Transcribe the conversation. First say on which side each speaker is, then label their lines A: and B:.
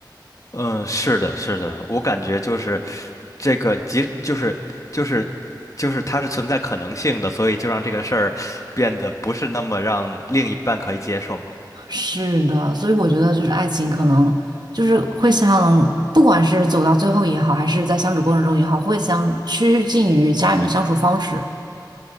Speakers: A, on the left; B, on the right.
A: 嗯，是的，是的，我感觉就是这个，即就是就是就是它是存在可能性的，所以就让这个事儿变得不是那么让另一半可以接受。
B: 是的，所以我觉得就是爱情可能就是会像不管是走到最后也好，还是在相处过程中也好，会像趋近于家人的相处方式。